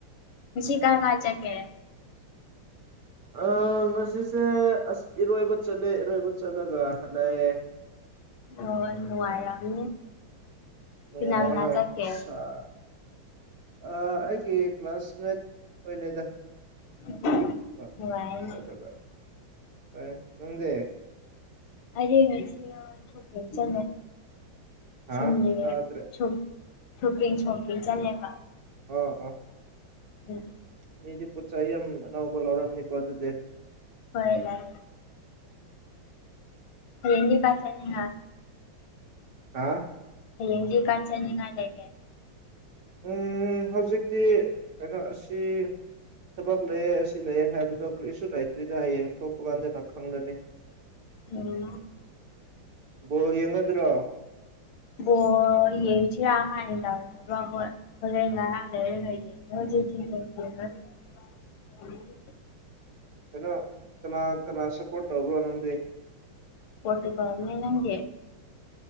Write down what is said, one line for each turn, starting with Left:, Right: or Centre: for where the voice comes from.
Left: ꯉꯁꯤ ꯀꯥꯏ ꯀꯥꯏ ꯆꯠꯀꯦ꯫
Right: ꯑ ꯉꯁꯤꯁꯦ ꯑꯁ ꯏꯔꯣꯏꯕ ꯆꯠꯂꯦ ꯏꯔꯣꯏꯕ ꯆꯠꯂꯒ ꯍꯜꯂꯛꯑꯦ꯫
Left: ꯑꯣ ꯅꯨꯡꯉꯥꯏꯔꯝꯅꯤ
Right: ꯅꯨꯡꯉꯥꯏ
Left: ꯀꯅꯥ ꯀꯅꯥ
Right: ꯍꯣꯏ
Left: ꯆꯠꯀꯦ
Right: ꯁꯥ ꯑ ꯑꯩꯒꯤ ꯀ꯭ꯂꯥꯁꯃꯦꯠ ꯍꯣꯏꯅꯦꯗ
Left: <unintelligible>
Right: <unintelligible>
Left: ꯅꯨꯡꯉꯥꯏꯔꯦꯅꯦ
Right: ꯅꯪꯗꯤ
Left: ꯑꯩꯗꯤ ꯉꯁꯤꯅ <inaudible> ꯆꯠꯂꯦ <unintelligible>
Right: ꯍꯥ ꯇꯥꯗ꯭ꯔꯦ ꯑꯥ ꯑꯥ
Left: ꯎꯝ
Right: ꯃꯤꯗꯤ ꯄꯣꯠ ꯆꯩ ꯌꯝ ꯑꯅꯧꯕ ꯂꯧꯔꯝꯅꯤꯀꯣ ꯑꯗꯨꯗꯤ
Left: ꯍꯣꯏ ꯂꯥꯏ ꯍꯌꯦꯡꯗꯤ ꯀꯥꯏ ꯆꯠꯅꯤ ꯍ
Right: ꯍ
Left: ꯍꯌꯦꯡꯗꯤ ꯀꯥꯏ ꯆꯠꯅꯤꯡꯉꯥꯏ ꯂꯩꯒꯦ
Right: ꯎꯝ ꯍꯧꯖꯤꯛꯇꯤ ꯀꯩꯅꯣ ꯑꯁꯤ ꯊꯕꯛ ꯂꯩꯌꯦ ꯑꯁꯤ ꯂꯩꯌꯦ ꯍꯥꯏꯕꯗꯣ ꯀ꯭ꯔꯤꯁꯨ ꯂꯩꯇ꯭ꯔꯤꯗ ꯍꯌꯦꯡ ꯊꯣꯛꯄ ꯀꯥꯟꯗꯅ ꯈꯪꯂꯅꯤ
Left: ꯎꯝ
Right: ꯕꯣꯜ ꯌꯦꯡꯉꯗ꯭ꯔꯣ
Left: ꯕꯣꯜ ꯌꯦꯡꯁꯤꯌ ꯍꯥꯏꯟ ꯇꯧꯔꯤꯕ ꯈꯣꯏ ꯍꯣꯔꯦꯟ ꯉꯍꯥꯛ ꯂꯩꯔꯒ <unintelligible>
Right: ꯀꯩꯅꯣ ꯀꯅꯥ ꯀꯅꯥ ꯁꯞꯄꯣꯔꯠ ꯇꯧꯕ꯭ꯔꯥ ꯅꯪꯗꯤ
Left: ꯄꯣꯔꯇꯨꯒꯜꯅꯦ ꯅꯪꯗꯦ